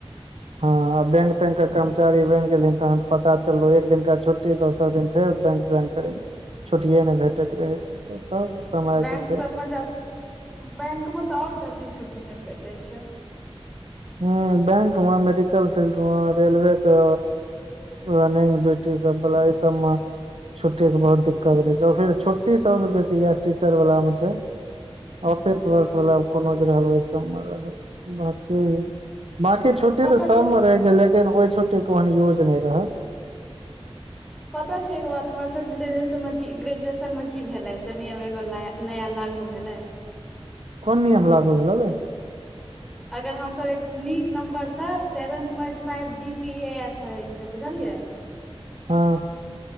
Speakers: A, on the right; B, in the centre.
A: हँ आब बैंक तैंक के कर्मचारी बनि गेलिन तहन त पता चलल एक दिना छुट्टी दोसर दिन फेर बैंक ज्वाइन करै छै छुट्टिये नहि भेटैत रहै छै तऽ सब समय
B: बैंक
A: के फेर
B: सभमे जल बैंकमे तऽ आओर जल्दी छुट्टी नहि भेटैत छै
A: हुं बेंक मेडिकल फीलड रेलवे क रनिंग ड्यूटी सब बला ई सबमे छुट्टी के बहु दिक्कत रह छै फेर छुट्टी सबस बेसी इह टीचर वालला में छै ऑफिस
B: हूँ
A: वर्क वला कोनो जे रहल ओहि सब मे रहल बांका बांकी छुट्टी
B: पता
A: तऽ सबमे
B: छै
A: रहै छै लेकिन ओहि छुट्टीे ओहन यूज नहि रहल
B: पता छै एो बात हमरा सब के ग्रेजुएशन में की ग्रेजुएशन मे की भेल ह से नियम एगोला हे नया लागू भेलै
A: कोन नियम लागू भेलौ गै
B: अगर हमसभ एक नीक नम्बरसँ seven point five G P A S होइ छै बुझलियै
A: हँ